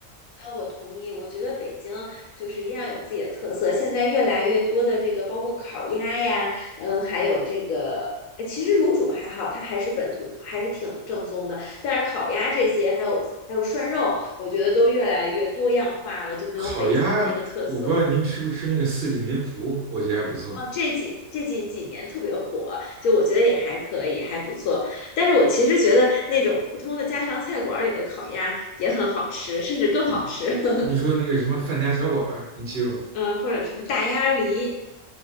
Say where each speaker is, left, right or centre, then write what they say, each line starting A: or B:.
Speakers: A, on the left; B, on the right.
A: 啊，我同意。我觉得北京就是一定要有自己的特色。现在越来越多的这个，包括烤鸭呀，嗯，还有这个，呃其实卤煮还好，它还是本土，还是挺正宗的。但是烤鸭这些，还有还有涮肉，我觉得都越来越多样化了，就没有北京的那个特色。
B: 烤鸭，我不知道您吃不吃那个四季民福，我觉得还不错。
A: 哦，这几这几几年特别火，就我觉得也还可以，还不错。但是我其实觉得那种普通的家常菜馆儿里的烤鸭也很好吃，甚至更好吃。
B: 你你说那个什么范家小馆儿，
A: <laughs>
B: 您去过吗？
A: 嗯，或者什么大鸭梨，